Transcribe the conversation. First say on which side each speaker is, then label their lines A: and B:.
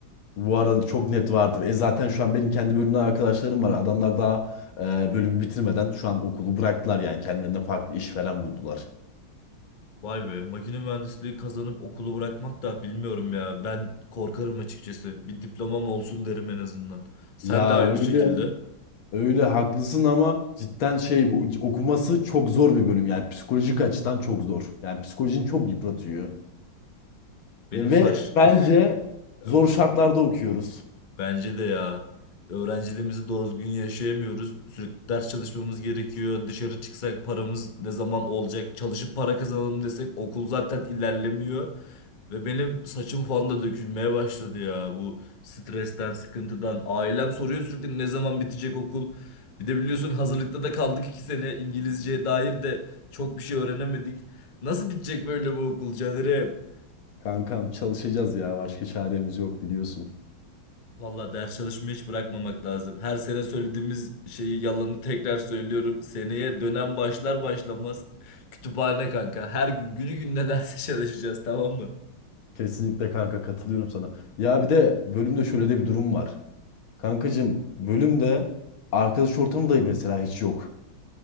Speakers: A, on the left; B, on the left.
A: Bu arada çok net vardır. E zaten şu an benim kendi bölümden arkadaşlarım var. Adamlar daha e, bölümü bitirmeden şu an okulu bıraktılar yani kendilerine farklı iş falan buldular.
B: Vay be, makine mühendisliği kazanıp okulu bırakmak da bilmiyorum ya. Ben korkarım açıkçası. Bir diplomam olsun derim en azından. Sen
A: Ya
B: de aynı
A: öyle.
B: şekilde.
A: Öyle haklısın ama cidden şey bu- okuması çok zor bir bölüm yani psikolojik açıdan çok zor. Yani psikolojini çok yıpratıyor.
B: Benim
A: Ve,
B: saç...
A: ve bence
B: <laughs>
A: zor
B: Buyur.
A: şartlarda okuyoruz.
B: Bence de ya. Öğrenciliğimizi doğru düzgün yaşayamıyoruz. Sürekli ders çalışmamız gerekiyor. Dışarı çıksak paramız ne zaman olacak? Çalışıp para kazanalım desek okul zaten ilerlemiyor. Ve benim saçım falan da dökülmeye başladı ya. Bu stresten, sıkıntıdan. Ailem soruyor sürekli ne zaman bitecek okul? Bir de biliyorsun hazırlıkta da kaldık iki sene. İngilizceye dair de çok bir şey öğrenemedik. Nasıl bitecek böyle bu okul Caner'e?
A: Kankam çalışacağız ya. Başka çaremiz yok biliyorsun.
B: Valla ders çalışmayı hiç bırakmamak lazım. Her sene söylediğimiz şeyi yalanı tekrar söylüyorum. Seneye dönem başlar başlamaz kütüphane kanka. Her gün günü gününe ders <laughs> çalışacağız tamam mı?
A: Kesinlikle kanka katılıyorum sana. Ya bir de bölümde şöyle de bir durum var. Kankacığım bölümde arkadaş ortamı da mesela hiç yok.